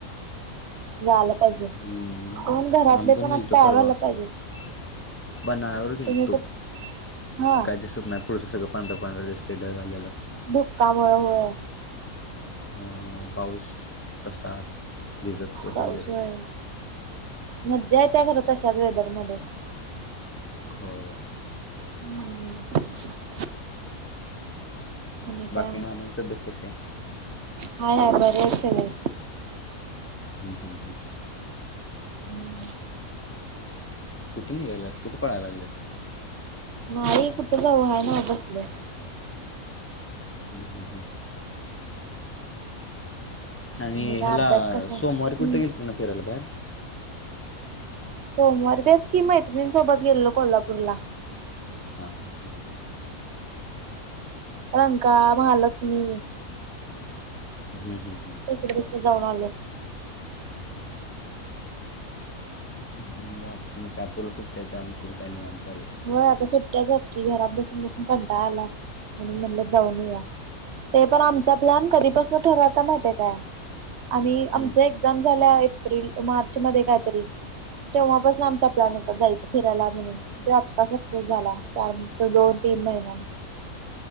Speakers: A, on the right; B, on the left.
A: जायला पाहिजे
B: हम्म,
A: कोण घरातले
B: आम्ही पण गेलतो
A: असं तयार
B: परवा.
A: व्हायला पाहिजेत
B: <unintelligible> गेल
A: तुम्ही
B: तो
A: खूप हा
B: काय दिसत नाही पुढच सगळ पांढर पांढर दिसते ढग आलेल.
A: धुक्कामुळे होय.
B: हो पाऊस तसाच भिजत तसच
A: पाऊस
B: गेलो
A: व्हय मज्जा येते त्या तश्या वेदरमध्ये.
B: होय.
A: हम्म. आणि
B: बाकी
A: काय म.
B: मामाची तब्येत कशी
A: हाय हाय बरेच मी.
B: हम् हम् हम्
A: हम
B: कुठे निघायलास? कुठे पडायला लागलस?
A: नाही कुठ जाऊ आहे ना बसल.
B: हम् हम् हम आणि
A: काय
B: ह्याला
A: अभ्यास कसा
B: सोमवारी कुठ
A: हम्म
B: गेलती ना फिरायला बाहेर?
A: सोमवार तेस की मैत्रिनी सोबत गेलो लो कोल्हापूरला.
B: हां हां हां
A: प्रंका महालक्ष्मी
B: हम्म हम् हम्म
A: इकडे तिकडे जाऊन आलो.
B: बाकी <unintelligible>
A: व्हय आता सुट्ट्याच आहेत. कि घरात बसून बसून कंटाळ आलाय म्हणून म्हणल जाऊन येउया. ते पण आमच् प्लॅन कधी पासून ठरवता माहििते काय आम्ही आमच
B: हम्म
A: एक एक्झाम झाल्या एप्रिल मार्च मध्ये कायतरी तेव्हापसून आमचा प्लॅन होता जायच फिरायला म्हणून तेव्हा सक्सेस झाला. चार दोन तीन महिन्यांनी